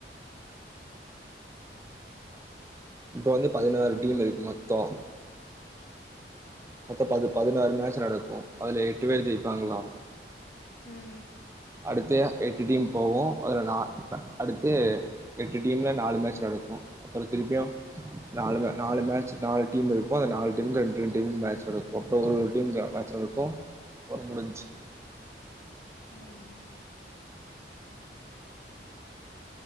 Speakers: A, on the right; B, on the left.
A: இப்ப வந்து பதினாறு
B: ம்
A: டீம் இருக்கு மொத்தோ
B: ஆ
A: மொத்த பது பதினாறு மேட்சு நடக்கு அதுல எட்டு பேர் ஜெயிப்பாங்களா
B: ம்
A: அடுத்து எட்டு டீம் போவோ அதுல நா ப்பே அடுத்து எட்டு டீம்ல நாலு மேட்ச் நடக்கு அப்பற திருப்பியு நாலு நாலு மேட்சு நாலு டீம் இருக்கு அந்ந நாலு டீமுக்கு ரெண்டு ரெண்டு இ மே சொடக்கு அப்றோ ஒரு டீம் யாராச்சு இருக்கு அப்றோ முடிஞ்ச்சு
B: ம்